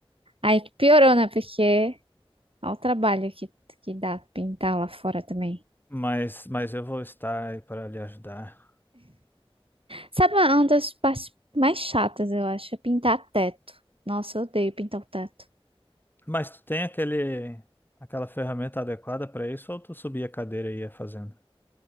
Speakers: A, on the right; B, on the left.
A: Aí que piorou, né? Porque olha o trabalho que, que dá pintar lá fora também.
B: Mas, mas eu vou estar aí para lhe ajudar.
A: Sabe uma uma das partes mais chatas, eu acho, é pintar teto. Nossa, eu odeio pintar o teto.
B: Mas tu tem aquele, aquela ferramenta adequada para isso ou tu subia a cadeira e ia fazendo?